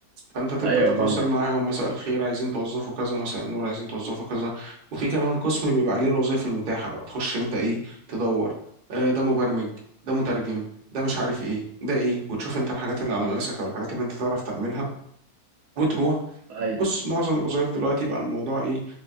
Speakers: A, on the right; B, on the right.
A: فانت تبدا
B: ايوه
A: تتواصل
B: فاهمك
A: معاهم مساء الخير عايزين توظفوا كذا مساء النور عايزين توظفوا كذا وفي كمان قسم بيبقى عليه الوظائف المتاحه بقى تخش انت ايه تدور آه، ده مبرمج ده مترجم ده مش عارف ايه ده ايه وتشوف انت الحاجات اللي على مقاسك او الحاجات اللي انت تعرف تعملها وتروح
B: ايوه
A: بص معظم الوظائف دلوقتي بقى الموضوع ايه